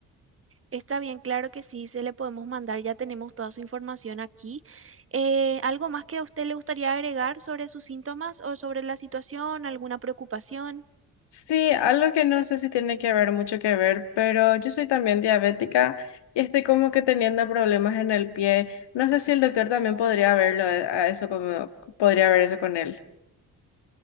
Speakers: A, on the right; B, on the left.
A: Está bien, claro que sí, se le podemos mandar, ya tenemos toda su información aquí. Eh, ¿algo más que a usted le gustaría agregar sobre sus síntomas o sobre la situación, alguna preocupación?
B: Sí, algo que no sé si tiene que ver, mucho que ver, pero yo soy también diabética y estoy como que teniendo problemas en el pie. No sé si el doctor también podría verlo, eh, a eso como, podría ver eso con él